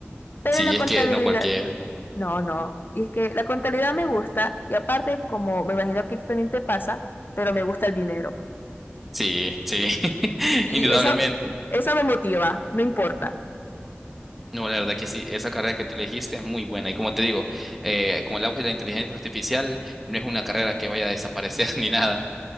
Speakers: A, on the left; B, in the centre.
A: pero
B: Sí,
A: la contabilidad,
B: es que no cualquiera.
A: no, no, y es que la contabilidad me gusta y aparte, como me imagino que también te pasa, pero me gusta el dinero
B: Sí, sí, <laughs>
A: y
B: indudablemente.
A: eso, eso me motiva, no importa.
B: No, la verdad que sí, esa carrera que tú elegiste es muy buena. Y como te digo, eh, con el auge de la inteligencia artificial, no es una carrera que vaya a desaparecer <laughs> ni nada.